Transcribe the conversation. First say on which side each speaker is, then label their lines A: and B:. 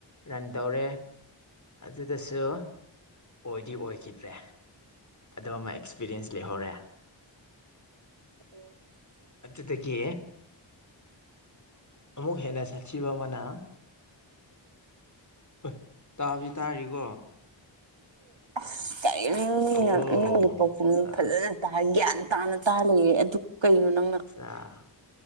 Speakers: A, on the left; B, on the right.
A: ꯔꯟ ꯇꯧꯔꯦ ꯑꯗꯨꯗꯁꯨ ꯑꯣꯏꯗꯤ ꯑꯣꯏꯈꯤꯗ꯭ꯔꯦ ꯑꯗꯨ ꯑꯃ ꯑꯦꯛꯁꯄꯤꯔꯤꯌꯦꯟꯁ ꯂꯩꯍꯧꯔꯦ <inaudible>
B: <unintelligible>
A: ꯑꯗꯨꯗꯒꯤ ꯑꯃꯨꯛ ꯍꯦꯟꯅ ꯁꯥꯠꯊꯤꯕ ꯑꯃꯅ <unintelligible> ꯇꯥꯕꯗꯤ ꯇꯥꯔꯤꯀꯣ
B: ꯑꯁ <unintelligible>
A: ꯑꯣ
B: ꯅꯪꯒꯤ ꯄꯥꯎꯈꯨꯝ
A: ꯑꯠꯆꯥ ꯑꯠꯆꯥ
B: ꯐꯖꯅ <unintelligible> ꯒ꯭ꯌꯥꯟ ꯇꯥꯅ ꯇꯥ ꯂꯩꯌꯦ ꯑꯗꯨ ꯀꯩꯅꯣ ꯅꯪꯅ
A: ꯑ